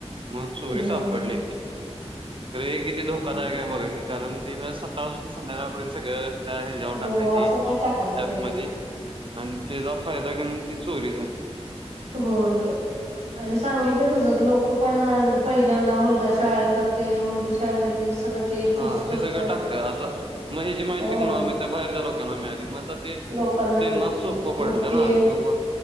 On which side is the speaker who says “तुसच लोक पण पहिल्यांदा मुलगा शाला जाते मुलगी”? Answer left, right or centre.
Right